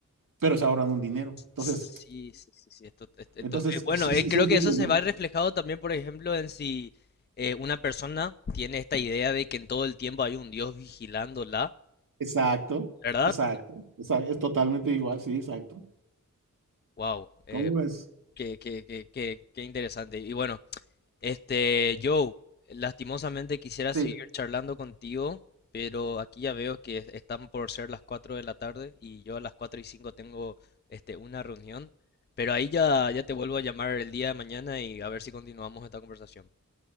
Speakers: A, on the right; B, on the left.
A: Pero se ahorran un dinero. Entonces,
B: Sí, sí, sí, sí. Esto, esto-
A: entonces,
B: esto- eh,
A: <laughs>
B: bueno,
A: sí,
B: eh,
A: sí,
B: creo
A: sí entiendes,
B: que eso se
A: ¿no?
B: va reflejado también, por ejemplo, en si eh, una persona tiene esta idea de que en todo el tiempo hay un Dios vigilándola,
A: Exacto,
B: ¿verdad?
A: exacto. Esa- es totalmente igual, sí, exacto.
B: Wow.
A: ¿Cómo ves?
B: Qué, qué, qué- qué- qué interesante. Y bueno, este, Joe, lastimosamente quisiera
A: Sí,
B: seguir charlando contigo, pero aquí ya veo que están por ser las 4 de la tarde y yo a las cuatro y cinco tengo este, una reunión. Pero ahí ya, ya te vuelvo a llamar el día de mañana y a ver si continuamos esta conversación.